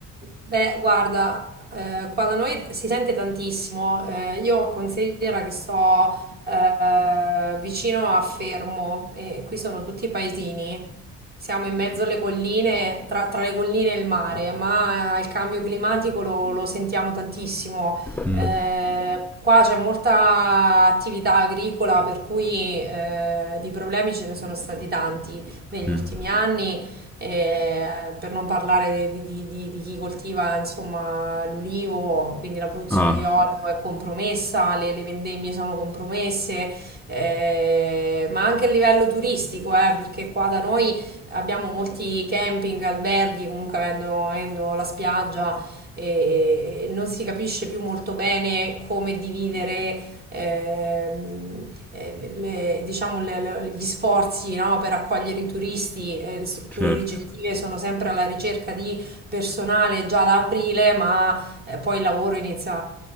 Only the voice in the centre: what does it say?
Mm,
mm.
Ah,
certo,